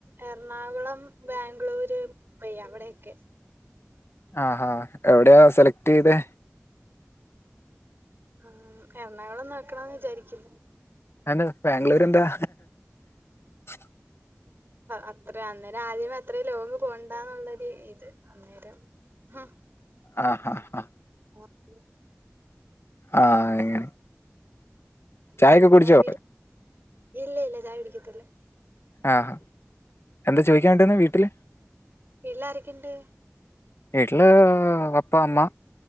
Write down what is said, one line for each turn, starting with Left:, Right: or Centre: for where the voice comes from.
Right: എറണാകുളം, ബാംഗ്ലൂര്, മുംബൈ അവിടെയൊക്കെ.
Left: ആഹ് ആഹ് എവിടെയാ സെലക്ട് ചെയ്തെ?
Right: ആഹ് എറണാകുളം നോക്കണം വിചാരിക്കുന്നു.
Left: അന്ന് ബാംഗ്ലൂര് എന്താ. <inaudible>
Right: അത്ര അന്നേരം ആദ്യമേ അത്ര ലോങ്ങ് പോണ്ടന്നുള്ളൊരു ഇത് അന്നേരം. ആഹ്.
Left: ആഹ് ആഹ് ആഹ്.
Right: ഓക്കേ.
Left: ആഹ് അങ്ങനെ. ചായയൊക്കെ
Right: പിന്നെ
Left: കുടിച്ചോ?
Right: അവര് ഇല്ല ഇല്ല ചായ കുടിക്കത്തില്ല.
Left: ആഹാ. എന്താ ചോദിക്കാൻ വേണ്ടിവന്നേ വീട്ടില്?
Right: വീട്ടിലാരൊക്കെ ഉണ്ട്?
Left: വീട്ടില് പപ്പ, അമ്മ,